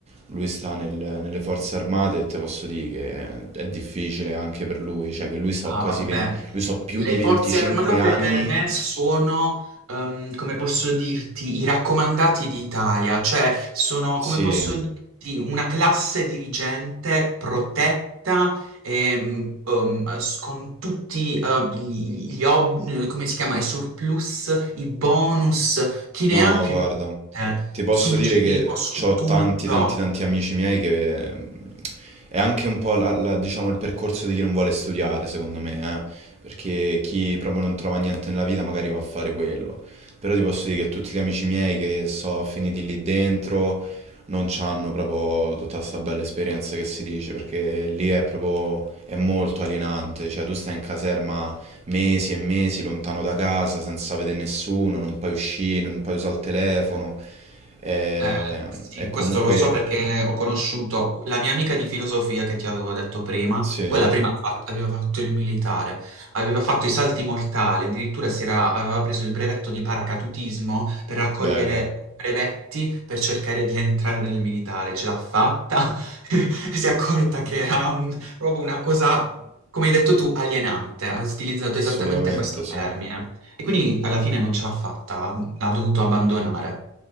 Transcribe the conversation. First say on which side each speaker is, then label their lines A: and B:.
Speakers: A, on the right (about 30°); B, on the right (about 75°).
A: lui sta nel- nelle forze armate e te posso dire che è difficile anche per lui, cioè che lui sta
B: Ah,
A: quasi
B: vabbè.
A: 20 lui sta più
B: Le
A: di 25
B: forze armate
A: anni,
B: per me sono, ehm, come posso dirti, i raccomandati d'Italia, cioè sono,
A: sì,
B: come posso dirti, una classe dirigente protetta ehm, ehm, s- con tutti eh, gli, gli ob- come si chiama, i surplus, i bonus, chi
A: No,
B: ne ha più
A: guarda,
B: ne ha,
A: ti posso
B: sul
A: dire
B: cibo,
A: che
B: su
A: ho
B: tutto.
A: tanti, tanti, tanti amici miei che ehm, è anche un po' la- la- diciamo, il percorso di chi non vuole studiare, secondo me, eh. Perché chi proprio non trova niente nella vita magari va a fare quello. Però ti posso dire che tutti gli amici miei che sono finiti lì dentro non c'hanno proprio tutta questa bella esperienza che si dice, perché lì è proprio, è molto alienante, cioè tu stai in caserma mesi e mesi lontano da casa, senza vedere nessuno, non puoi uscire, non puoi usare il telefono. E,
B: Eh, sì,
A: e comunque,
B: questo lo so perché ho conosciuto la mia amica di filosofia che ti avevo detto prima,
A: sì,
B: quella prima ha fatto- aveva fatto il militare, aveva fatto i salti mortali, addirittura si era- aveva preso il brevetto di paracadutismo per raccogliere
A: bello,
B: brevetti per cercare di entrare nel militare, ce l'ha fatta, <laughs> e si è accorta che era un- proprio una cosa, come hai detto tu, alienante, ha utilizzato esattamente
A: assolutamente,
B: questo
A: sì.
B: termine e quindi alla fine non ce l'ha fatta, l'ha dovuto abbandonare.